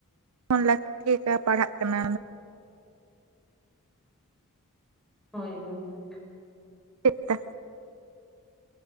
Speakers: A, on the right; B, in the centre.
A: ᱚᱱ ᱞᱟᱹᱠᱛᱤ ᱜᱮ ᱞᱮᱠᱟ ᱯᱟᱲᱦᱟᱜ ᱠᱟᱱᱟ᱾
B: ᱦᱳᱭ, ᱦᱳᱭ, ᱦᱳᱭ
A: ᱪᱮᱫ ᱛᱮᱼᱼ